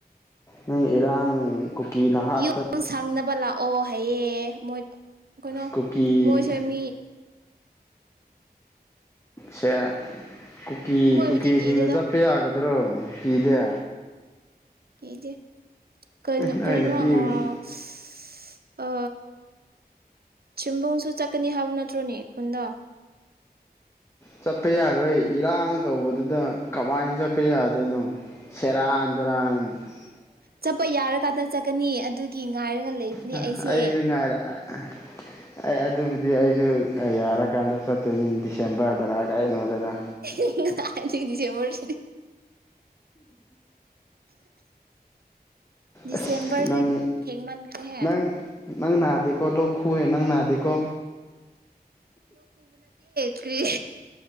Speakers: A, on the left; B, on the right.
A: ꯅꯪ ꯏꯔꯥꯡ ꯀꯨꯀꯤ ꯅꯍꯥꯛ
B: ꯌꯨꯝ ꯁꯪꯅꯕ ꯂꯥꯛꯑꯣ ꯍꯥꯏꯌꯦ ꯃꯣꯏ ꯑ ꯀꯩꯅꯣ
A: ꯀꯨꯀꯤ
B: ꯃꯣꯏꯁꯦ ꯃꯤ
A: ꯁꯦ ꯀꯨꯀꯤ -
B: ꯃꯣꯏꯕꯨꯗꯤ
A: ꯀꯨꯀꯤꯁꯤꯡꯅ
B: ꯀꯤꯗꯦꯗ
A: ꯆꯠꯄ ꯌꯥꯒ ꯗ꯭ꯔꯣ ꯀꯤꯗꯦ꯫
B: ꯀꯗꯦ ꯀꯩꯅꯣ -
A: ꯅꯣꯏ
B: ꯀꯩꯅꯣ
A: ꯅꯨꯄꯤꯕꯨꯗꯤ
B: ꯑ ꯁ ꯑ ꯆꯤꯝꯕꯣꯡꯁꯨ ꯆꯠꯀꯅꯤ ꯍꯥꯏꯕ ꯅꯠꯇ꯭ꯔꯣꯅꯦ ꯈꯨꯟꯗ?
A: ꯆꯠꯄ ꯌꯥꯔꯣꯏ ꯏꯔꯥꯡ ꯇꯧꯕꯗꯨꯗ ꯀꯃꯥꯏꯅ ꯆꯠꯄ ꯌꯥꯗꯣꯏꯅꯣ ꯁꯦꯔꯥꯟ - ꯇꯨꯔꯥꯟ ꯫
B: ꯆꯠꯄ ꯌꯥꯔꯀꯥꯟꯗ ꯆꯠꯀꯅꯤ ꯑꯗꯨꯒꯤ ꯉꯥꯏꯔꯒ ꯂꯩꯕꯅꯦ
A: ꯅ
B: ꯑꯩꯁꯦ
A: ꯑꯩꯁꯨ ꯉꯥꯏꯔ ꯑ ꯑ ꯑꯩ ꯑꯗꯨꯕꯨꯗꯤ ꯑꯩꯁꯨ ꯌꯥꯔꯀꯥꯟꯗ ꯆꯠꯇꯣꯏꯅꯤ ꯗꯤꯁꯦꯝꯕꯔꯗꯔ ꯀꯩꯅꯣꯗꯔ
B: ꯑꯍꯤ ꯍꯤ ꯍꯤꯡ ꯀꯥꯏꯗꯩ ꯗꯤꯁꯦꯝꯕꯔꯁꯤꯗꯤ ꯗꯤꯁꯦꯝꯕꯔꯗꯤ
A: ꯑꯁ ꯅꯪ
B: ꯊꯦꯡꯃꯟꯈ꯭ꯔꯦꯍꯦ!
A: ꯅꯪ ꯅꯪ ꯅꯥꯗꯦꯀꯣ ꯂꯣꯛ ꯈꯨꯏꯌꯦ ꯅꯪ ꯅꯥꯗꯦꯀꯣ?
B: ꯀ꯭ꯔꯤ?